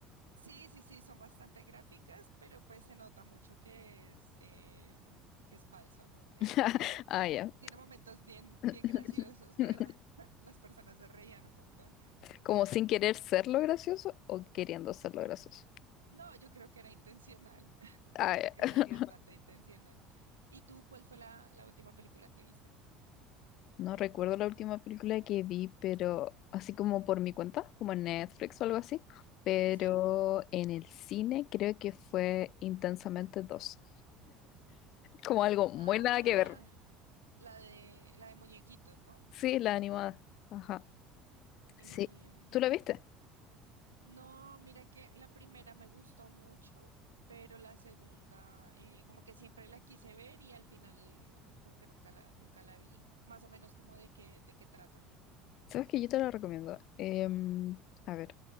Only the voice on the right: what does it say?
sí, sí, sí, son bastante gráficas, pero pues se nota mucho que es, eh, que es falso, ¿no? Eh,
es-
tiene momentos bien,
bien graciosos, la verdad, <laughs> las personas se reían un montón.
No, yo creo que era intencional. <laughs> Yo
creo
que
sí es bastante intencional. ¿Y tú cuál fue la, la última película que viste?
¿Sí?
Ah,
la de la de muñequitos, ¿no?
Em,
no, mira que la primera me gustó mucho, pero la segunda, eh, como que siempre la quise ver y al final eh, como que nunca la, nunca la vi. Más o menos como de qué, de qué trata.